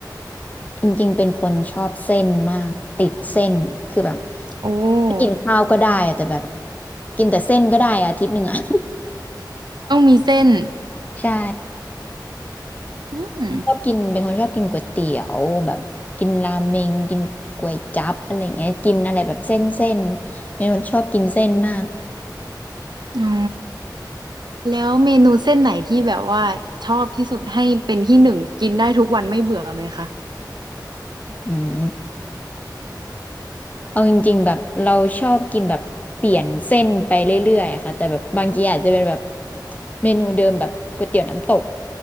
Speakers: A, on the left; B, on the right.
A: จริงๆเป็นคนชอบเส้นมากติดเส้นคือแบบ
B: โอ้
A: ไม่กินข้าวก็ได้อะแต่แบบกินแต่เส้นก็ได้อาทิตย์หนึ่งอะ
B: ต้องมีเส้น
A: <laughs> ใช่
B: อืม
A: ชอบกินเป็นคนชอบกินก๋วยเตี๋ยวแบบกินราเมงกินก๋วยจั๊บอะไรเงี้ยกินอะไรแบบเส้นเส้นเป็นคนชอบกินเส้นมาก
B: อ๋อ แล้วเมนูเส้นไหนที่แบบว่าชอบที่สุดให้เป็นที่หนึ่งกินได้ทุกวันไม่เบื่อไหมคะ
A: อืมเอาจริงๆแบบเราชอบกินแบบเปลี่ยนเส้นไปเรื่อยๆอะค่ะแต่แบบบางทีอาจจะเป็นแบบเมนูเดิมแบบก๋วยเตี๋ยวน้ำตก